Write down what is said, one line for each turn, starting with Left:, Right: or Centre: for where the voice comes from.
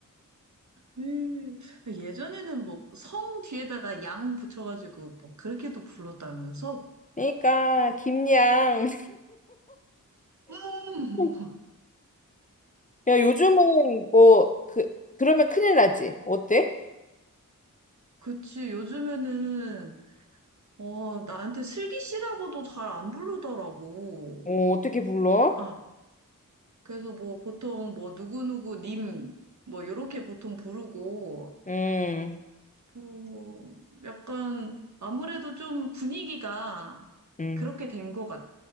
Right: 음, 예전에는 뭐, 성 뒤에다가 양 붙여가지고, 뭐, 그렇게도 불렀다면서?
Left: 그러니까, 김양.
Right: 음.
Left: <laughs> 야, 요즘은 뭐, 그, 그러면 큰일 나지? 어때?
Right: 그치, 요즘에는, 어, 나한테 슬기 씨라고도 잘 안 부르더라고.
Left: 어, 어떻게 불러?
Right: 아, 그래서 뭐 보통 뭐 누구누구 님, 뭐 요렇게 보통 부르고,
Left: 음,
Right: 뭐, 약간 아무래도 좀 분위기가
Left: 음,
Right: 그렇게 된 것 같아.